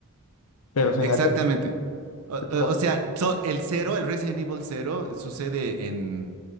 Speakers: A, on the left; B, on the right.
A: Pero fíjate
B: Exactamente. O,
A: pero,
B: o- o sea, so- el cero, el Resident Evil cero, sucede en